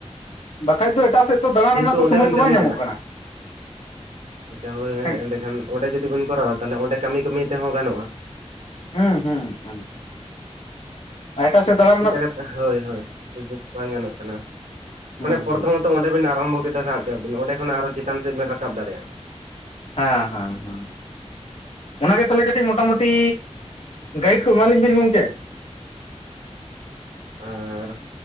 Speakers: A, on the left (about 65°); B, on the right (about 80°).
A: ᱵᱟᱠᱷᱟᱡ ᱫᱚ ᱮᱴᱟᱜ ᱥᱮᱫ ᱛᱚ ᱫᱟᱲᱟᱱ
B: ᱡᱮᱦᱮᱛᱩ
A: ᱨᱮᱱᱟᱜ ᱛᱚ
B: ᱚᱸᱰᱮ
A: ᱥᱚᱢᱚᱭ
B: ᱵᱮᱱ
A: ᱫᱚ
B: ᱠᱟᱹᱢᱤ
A: ᱵᱟᱝ ᱧᱟᱢᱚᱜ ᱠᱟᱱᱟ᱾
B: ᱟᱪᱪᱷᱟ ᱦᱳᱭ
A: ᱦᱮᱸ
B: ᱮᱸᱰᱮ ᱠᱷᱟᱱ ᱚᱸᱰᱮ ᱡᱩᱫᱤ ᱵᱤᱱ ᱠᱚᱨᱟᱣᱟ ᱛᱟᱦᱚᱞᱮ ᱚᱸᱰᱮ ᱠᱟᱹᱢᱤ ᱠᱟᱹᱢᱤ ᱛᱮᱦᱚᱸ ᱜᱟᱱᱚᱜᱼᱟ᱾
A: ᱦᱩᱸ ᱦᱩᱸ ᱦᱩᱸ ᱮᱴᱟᱜ ᱥᱮᱫ ᱫᱚ <unintelligible>
B: ᱪᱮᱜᱠᱟ ᱠᱟᱛᱮ ᱦᱳᱭ ᱦᱳᱭ ᱥᱩᱡᱳᱜ ᱵᱟᱝ ᱜᱟᱱᱚᱜ ᱠᱟᱱᱟ
A: ᱦᱩᱸ
B: ᱢᱟᱱᱮ ᱯᱨᱚᱛᱷᱚ
A: ᱦᱩᱸ
B: ᱛᱚ ᱚᱸᱰᱮ ᱵᱤᱱ ᱟᱨᱚᱢᱵᱚ ᱠᱮᱫᱟ ᱥᱟᱵ ᱠᱟᱜ ᱵᱤᱱ ᱚᱸᱰᱮ ᱠᱷᱚᱱᱟᱜ ᱟᱨ ᱦᱚᱸ ᱪᱮᱛᱟᱱ ᱥᱮᱫ ᱵᱤᱱ ᱨᱟᱠᱟᱵ ᱫᱟᱲᱮᱭᱟᱜᱼᱟ᱾
A: ᱦᱮᱸ ᱦᱮᱸ ᱦᱮᱸ ᱚᱱᱟᱜ ᱜᱮ ᱛᱟᱦᱚᱞᱮ ᱠᱟᱹᱴᱤᱡ ᱢᱚᱴᱟᱢᱩᱴᱤ ᱜᱟᱭᱤᱰ ᱠᱚ ᱮᱢᱟᱞᱤᱧ ᱵᱤᱱ ᱜᱚᱝᱠᱮ
B: ᱟᱨ